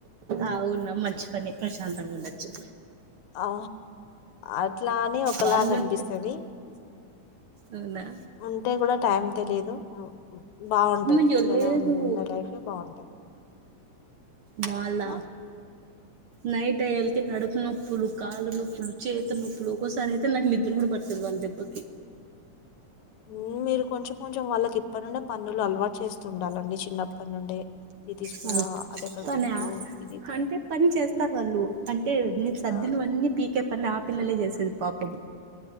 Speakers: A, on the right; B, on the left.
A: అవున్నా మంచి పని ప్రశాంతంగా ఉండోచ్చు
B: ఆ అట్లాని ఒకలాగనిపిస్తది
A: వాళ్ళుంటే అవునా
B: ఉంటే కూడా టైం తెలీదు బాగుంటుంది
A: అమ్మయ్యో
B: పిల్లలు
A: లేదు
B: ఉన్న లైఫ్ ఏ బాగుంటది
A: మాల
B: ఆ
A: నైట్ ట్టయల్కి నడుపు నొప్పులు కాళ్ళు నొప్పులు చేతి నొప్పులు ఒక్కోసారి అయితే నాకు నిద్ర కూడా పట్టదు వాళ్ళ దెబ్బకి
B: మ్ మీరు కొంచెం కొంచెం వాళ్ళకి ఇప్పటి నుండడి పన్నులు అలవాటు చేస్తు ఉండాలండి చిన్నప్పటి నుండి తీసుకురా
A: వాళ్ళు
B: అది అక్కడ
A: పనా
B: పెట్టు ఇది తీ
A: అంటే పని చేస్తారు వాళ్ళు అంటే నీ సద్దినవన్నీ
B: ఆ
A: పీకే పని ఆ పిల్లలే చేస్ సేది పాపం